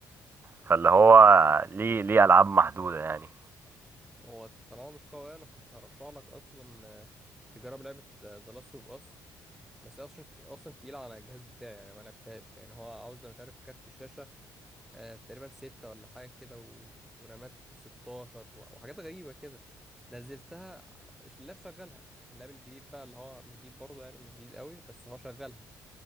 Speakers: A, on the right; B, in the centre.
A: فاللي هو ليه ليه العاب محدودة يعني
B: هو طالما مش قوي انا كنت هرشح لك اصلا آه، تجرب لعبه ذا لاست اوف اس بس هي اصلا اصلا تقيله على الجهاز بتاعي يعني ما لعبتهاش يعني هو عاوز مش عارف كارت شاشه آه تقريبا ستة ولا حاجه كده و... ورامات 16 و... وحاجات غريبه كده نزلتها على- اللاب شغلها اللاب الجديد بقى اللي هو مش جديد برضه يعني مش جديد قوي بس هو شغلها